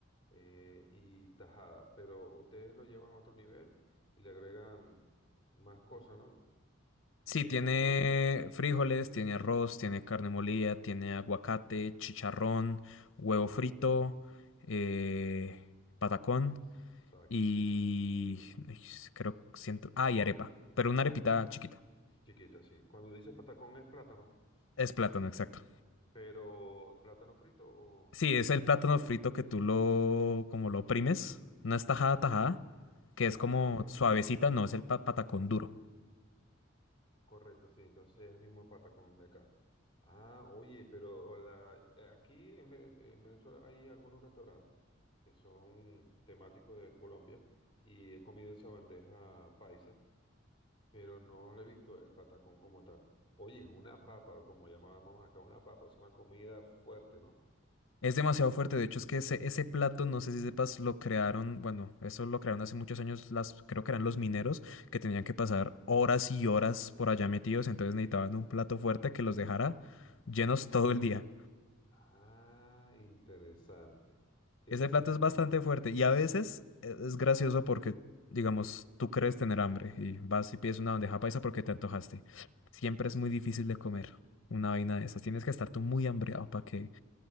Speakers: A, on the left (about 25°); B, on the left (about 75°).
A: eh, y tajada, pero ustedes lo llevan a otro nivel y le agregan más cosas, ¿no?
B: Sí,
A: Eh,
B: tiene
A: es así.
B: frijoles, tiene arroz, tiene carne molida, tiene aguacate, chicharrón, huevo frito, eh, patacón
A: Exacto.
B: y ay, creo siento, ah, y arepa, pero una arepita chiquita.
A: Chiquita, sí. Cuando dices patacón es plátano,
B: Es plátano, exacto.
A: pero plátano frito o...
B: Sí, es el plátano frito que tú lo como lo oprimes, no es tajada tajada,
A: Sí.
B: que es
A: Ah,
B: como
A: ok.
B: suavecita, no es el pa- patacón
A: Sí,
B: duro.
A: sí, sí. Correcto, sí. Entonces es el mismo patacón de acá. Ah, oye, pero la... eh, aquí en, Ve- en Venezuela hay algunos restaurantes que son temáticos de Colombia y he comido esa bandeja paisa, pero no le he visto el patacón como tal. Oye, es una papa, como llamábamos acá, una papa, es una comida fuerte, ¿no?
B: Es demasiado fuerte, de hecho es que ese, ese plato, no sé si sepas, lo crearon, bueno, eso lo crearon hace muchos años, las, creo que eran los mineros que tenían que pasar horas y horas por allá metidos, entonces necesitaban un plato fuerte que los dejara llenos <laughs> todo el día.
A: Ah, interesante. Tiene
B: Ese
A: sentido.
B: plato es bastante fuerte y a veces e- es gracioso porque, digamos, tú crees tener hambre y vas y pides una bandeja paisa porque te antojaste. Siempre es muy difícil de comer una vaina
A: Sí,
B: de esas, tienes que estar tú muy hambreado para que